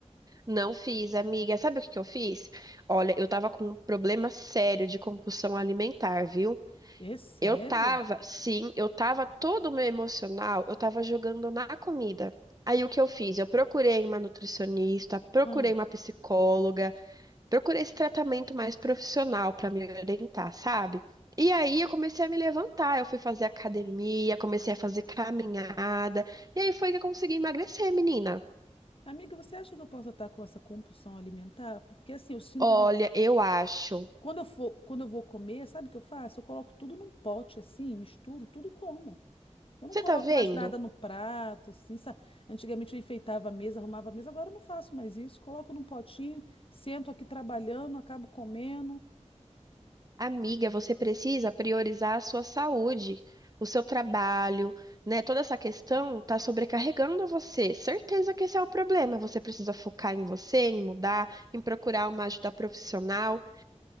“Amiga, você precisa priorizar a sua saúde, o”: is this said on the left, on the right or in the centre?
Right